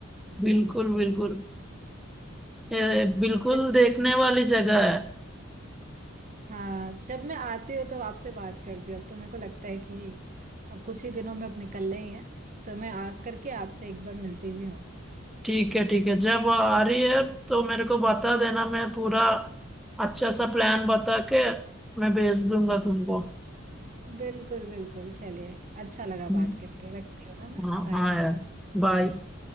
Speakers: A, in the centre; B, on the right.
A: बिल्कुल बिल्कुल ये बिल्कुल
B: चल
A: देखने वाली जगह है
B: हाँ जब मैं आती हूँ तो आपसे बात करती हूँ अब तो मेरे को लगता है कि अब कुछ ही दिनों में अब निकलना ही है तो मैं आ करके आपसे एक बार मिलती भी हूँ
A: ठीक है ठीक है जब आ रही है तो मेरे को बता देना मैं पूरा अच्छा सा प्लान बता के मैं भेज दूंगा तुमको
B: बिल्कुल बिल्कुल चलिए अच्छा लगा
A: हम्म,
B: बात करके रखती हूँ ना मैं
A: हाँ
B: बाय
A: हाँ यार बाय